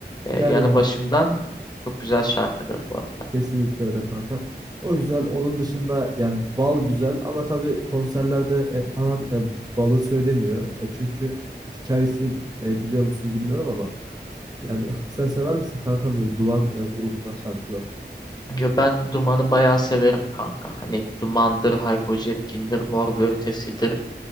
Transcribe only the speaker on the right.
Yani
Kesinlikle öyle kanka. O güzel. Onun dışında yani bal güzel ama tabii konserlerde e, falan e, balı söylemiyor. E, çünkü hikayesini e, biliyor musun bilmiyorum ama yani sen sever misin kanka böyle Duman e, grubundan şarkıları?